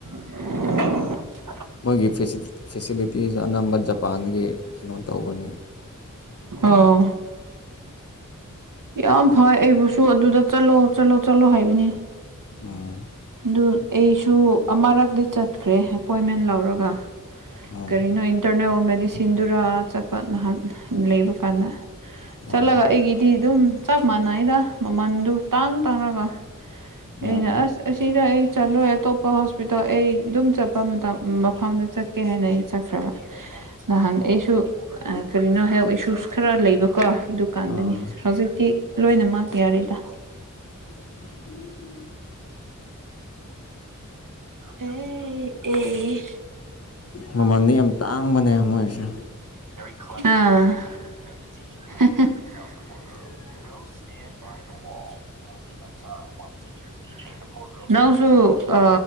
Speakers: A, on the right (about 75°); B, on the left (about 50°).
A: <inaudible>
B: ꯃꯣꯏꯒꯤ ꯐꯦꯁꯤꯂꯤꯇꯤꯁ ꯑꯅꯝꯕ ꯖꯄꯥꯟꯒꯤ ꯀꯩꯅꯣ ꯇꯧꯕꯅꯤ
A: ꯑꯣ ꯌꯥꯝ ꯐꯩ ꯑꯩꯕꯨꯁꯨ ꯑꯗꯨꯗ ꯆꯠꯂꯣ ꯆꯠꯂꯣ ꯆꯠꯂꯣ ꯍꯥꯏꯕꯅꯦ
B: ꯎꯝ
A: ꯑꯗꯨ ꯑꯩꯁꯨ ꯑꯃꯔꯛꯇꯗꯤꯤ ꯆꯠꯈ꯭ꯔꯦ ꯑꯦꯄꯣꯏꯟꯃꯦꯟ ꯂꯧꯔꯒ
B: ꯎꯝ
A: ꯀꯔꯤꯅꯣ ꯏꯟꯇꯔꯅꯦꯜ ꯁꯤꯟꯗꯨꯔꯥ ꯆꯠꯄ ꯅꯍꯥꯟ ꯂꯩꯕ ꯀꯥꯟꯗ
B: ꯎꯝ
A: ꯆꯠꯂꯒ ꯑꯩꯒꯤꯗꯤ ꯑꯗꯨꯝ ꯆꯞ ꯃꯥꯟꯅꯩꯗ ꯃꯃꯟꯗꯨ ꯇꯥꯡ ꯇꯥꯡꯔꯒ
B: ꯎꯝ
A: ꯑꯩꯅ ꯑꯁ ꯑꯁꯤꯗ ꯑꯩ ꯆꯠꯂꯣꯏ ꯑꯇꯣꯞꯄ ꯍꯣꯁꯄꯤꯇꯥꯜ ꯑꯩ ꯑꯗꯨꯝ ꯆꯠꯄ ꯃꯇꯝ ꯃꯐꯝꯗꯨ ꯆꯠꯀꯦ ꯍꯥꯏꯅ ꯑꯩ ꯆꯠꯈ꯭ꯔꯕ ꯅꯍꯥꯟ ꯑꯩꯁꯨ ꯀꯔꯤꯅꯣ ꯍꯦꯜꯁ ꯈꯔ ꯂꯩꯕ ꯑ ꯀꯣ ꯗꯨꯀꯥꯟꯗꯨꯅꯤ
B: ꯑꯥ
A: ꯍꯧꯖꯤꯛꯇꯤ ꯂꯣꯏꯅꯃꯛ ꯌꯥꯔꯗ
B: ꯎ
A: <inaudible> ꯑꯦ ꯑꯦ
B: ꯃꯃꯜꯗꯤ ꯌꯥꯝ ꯇꯥꯡꯕꯅꯦ ꯃꯣꯏꯁꯦ
A: ꯑꯥ
B: <inaudible>
A: <inaudible> ꯅꯎꯁꯨꯨ ꯑ